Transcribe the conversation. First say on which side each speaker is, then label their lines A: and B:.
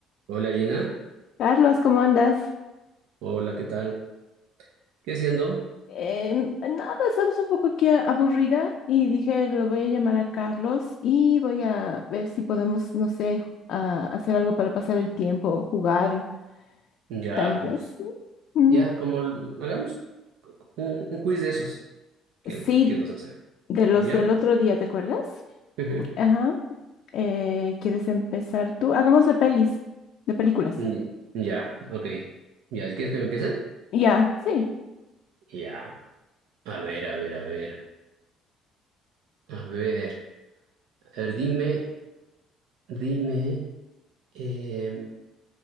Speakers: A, on the right; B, on the left.
A: Hola Gina,
B: Carlos, ¿cómo andas?
A: hola, ¿qué tal? ¿Qué siendo?
B: Em, nada, sabes, un poco aquí a- aburrida y dije, lo voy a llamar a Carlos y voy a ver si podemos, no sé, a- hacer algo para pasar el tiempo, jugar,
A: Ya,
B: tal
A: pues,
B: vez. Mm,
A: ya, como l- hagamos un, un quiz de esos que,
B: Sí,
A: que nos hacen.
B: de los
A: ¿Ya?
B: del otro día, ¿te acuerdas?
A: <laughs> Ujú.
B: Ajá. Eh, ¿quieres empezar tú? Hagamos de pelis, de películas.
A: Mm, Ya, ok. ¿Ya quieres que me empiece?
B: Ya, sí.
A: Ya. A ver, a ver, a ver. A ver, a ver, dime, dime eh,